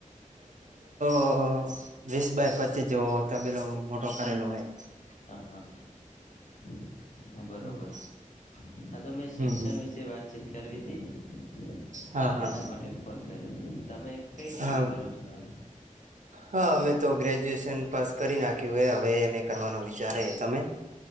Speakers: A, on the right; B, on the left.
A: ઓ વીસ બાય પચીસ જેવો તબેલો મોટો કરેલો હોય
B: હા હા <unintelligible> હા બરોબર
A: હમ
B: હા તો મેં શિક્ષણ
A: હમ
B: વિશે વાતચીત કરવી હતી
A: હા હા
B: તેના માટે કોલ કર્યો તમે કઈ ડિગ્રી
A: હા
B: કરો છો હાલ
A: હા અમે તો ગ્રેજ્યુએશન પાસ કરી નાખ્યું હે હવે એને કરવાનો વિચાર હે તમે